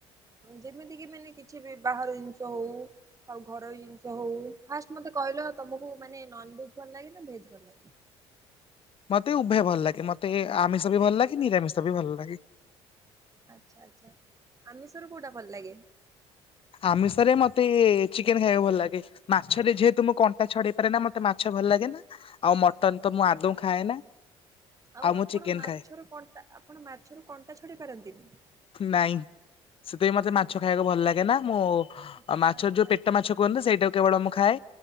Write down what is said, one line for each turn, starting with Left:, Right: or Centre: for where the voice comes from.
Right: ଯେମିତି କିି ମାନେ କିଛି ବି ବାହାର ଜିନିଷ ହଉ। ଆଉ ଘରୋଇ ଜିନିଷ ହଉ। ଫାର୍ଷ୍ଟ ମତେ କହିଲ ତମକୁ ମାନେ ନନ ଭେଜ ଭଲ ଲାଗେ ନା ଭେଜ ଭଲ ଲାଗେ?
Left: ମତେ ଉଭୟ ଭଲ ଲାଗେ ମତେ ଆମିଷ ବି ଭଲ ଲାଗେ ନିରାମିଷ ବି ଭଲ ଲାଗେ।
Right: ଆଚ୍ଛା ଆଚ୍ଛା ଆମିଷରୁ କଉଟା ଭଲ ଲାଗେ?
Left: ଆମିଷରେ ମତେ ଚିକେନ ଖାଇବାକୁ ଭଲ ଲାଗେ। ମାଛରେ ଯେହେତୁ ମୁଁ କଣ୍ଟା ଛଡେଇ ପାରେ ନା ମତେ ମାଛ ଭଲ ଲାଗେ ନା। ଆଉ ମଟନ ତ ମୁଁ ଆଦୌ ଖାଏ ନା।
Right: ଆଉ
Left: ମୁଁ
Right: ଆପଣ
Left: ଚିକେନ
Right: ମାଛରୁ
Left: ଖାଏ
Right: କଣ୍ଟା ଆପଣ ମାଛରୁ କଣ୍ଟା ଛଡ଼େଇ ପାରନ୍ତିନି।
Left: ନାଇଁ ସେଥିପାଇଁ ମତେ ମାଛ ଖାଇବାକୁ ଭଲ ଲାଗେ ନା ମୁଁ। ଆଉ
Right: ଆଚ୍ଛା
Left: ମାଛର
Right: ଆଚ୍ଛା
Left: ଯୋଉ ପେଟ ମାଛ କୁହନ୍ତି ସେଇଟା କେବଳ ମୁଁ ଖାଏ